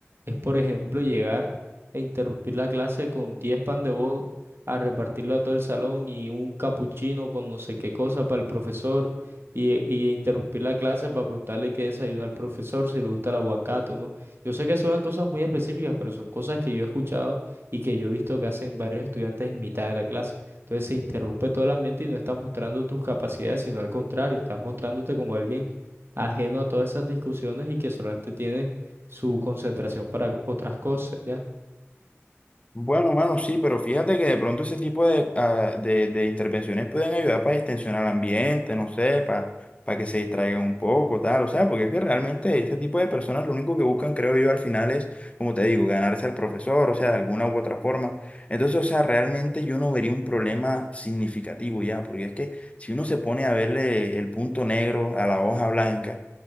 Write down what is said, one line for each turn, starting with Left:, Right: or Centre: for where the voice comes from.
Right: es, por ejemplo, llegar e interrumpir la clase con 10 pan de bono a repartirlo a todo el salón y un capuchino con no sé qué cosa para el profesor y, y interrumpir la clase para preguntarle qué desayuno al profesor, si le gusta el aguacate o no. Yo sé que son cosas muy específicas, pero son cosas que yo he escuchado y que yo he visto que hacen varios estudiantes en mitad de la clase. Entonces se interrumpe todo el ambiente y no estás mostrando tus capacidades, sino al contrario, estás mostrándote como alguien ajeno a todas esas discusiones y que solamente tiene su concentración para otras cosas, ¿ya?
Left: Bueno, mano, sí, pero fíjate que de pronto ese tipo de, ah, de, de intervenciones pueden ayudar para distensionar el ambiente, no sé, para, para que se distraigan un poco, tal, o sea, porque es que realmente ese tipo de personas lo único que buscan, creo yo, al final es, como te digo, ganarse al profesor, o sea, de alguna u otra forma. Entonces, o sea, realmente yo no vería un problema significativo ya, porque es que si uno se pone a verle el punto negro a la hoja blanca,